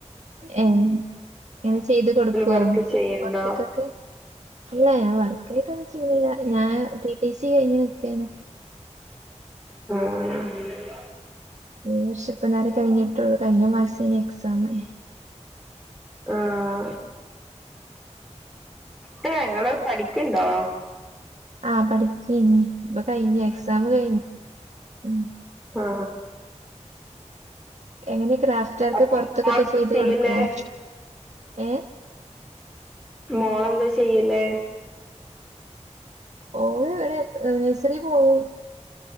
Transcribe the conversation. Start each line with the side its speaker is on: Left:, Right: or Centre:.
Right: ഏ.. ഇങ്ങനെചെയ്തു കൊടുക്കുവോ,
Centre: വർക്ക് ചെയ്യണ്ടോ
Right: പുറത്തേയ്ക്കൊക്കെ, ഇല്ല. ഞാൻ വർക്കായിട്ടൊന്നും ചെയ്യില്ല. ഞാൻ ടി. ടി. സി കഴിഞ്ഞ് നിൽക്കയാണ്
Centre: ആ..
Right: ഈവർഷമിപ്പ നേരം കഴിഞ്ഞിട്ടുള്ളു. കഴിഞ്ഞ മാസംഎക്സാമായി
Centre: ആ.. ഞങ്ങള്പഠിക്കുണ്ടോ
Right: ആം.. പഠിച്ചു ഇനിയിപ്പകഴിഞ്ഞ എക്സാമ് ഉം
Centre: ആ..
Right: എനിക്കുക്രാഫ്റ്റ്
Centre: അപ്പം
Right: വർക്ക്
Centre: മോളെന്താ ചെയ്യല്
Right: കൊറേ ഏ
Centre: മോളെന്താ, ചെയ്യല്
Right: ഓളിവിടെ നേഴ്സറി പോകും